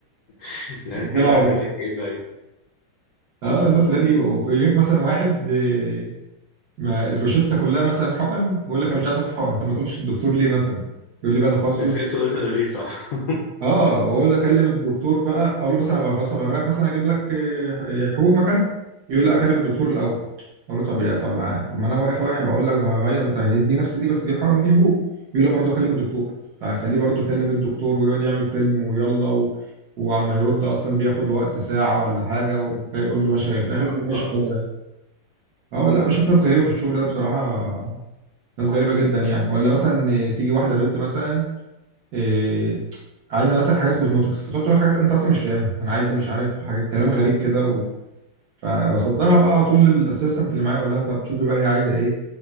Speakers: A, on the left (about 85°); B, on the right (about 65°).
A: <laughs> دهان
B: اتنين
A: حلو
B: على
A: اعمل
B: بعض
A: لك ايه طيب
B: اه ناس غريبه ويجيك مثلا واحد آه، ما الروشته كلها مثلا حقن ويقول لك انا مش عايز اخد حقن طب ما تقولش الدكتور ليه مثلا يقول لي بقى طب خلاص قول
A: انت جاي تقول لي انا ليه صح <laughs>
B: اه واقول له اكلم الدكتور بقى اقول له مثلا هغ- خلاص هغرقك مثلا اجيب لك آه، حبوب مكانها يقول لا اكلم الدكتور الاول اقول له طب يا طب طب ما انا واقف اهو يعني بقول لك هغير انت هيدي نفس دي بس دي حقن ودي حبوب يقول لا برضه اكلم
A: مم.
B: الدكتور فخليه برضه يكلم الدكتور ويقعد يعمل فيلم ويلا و... وعما يرد اصلا بياخد وقت ساعه ولا حاجه ويقول له ماشي في
A: يعطلك
B: الاخر يقول له ماشي خلاص غير. اه لا بشوف ناس غريبه في الشغل ده بصراحه ناس غريبه جدا يعني ولا مثلا تيجي واحده بنت مثلا إيه عايزه مثلا حاجات كوزموتكس فتقعد تقول حاجات انت اصلا مش فاهمها انا عايزه مش عارف حاجه كلام غريب كده و... فبصدرها
A: مم.
B: بقى على طول للاسيستنت اللي معايا اقول لها طب شوفي بقى هي عايزه ايه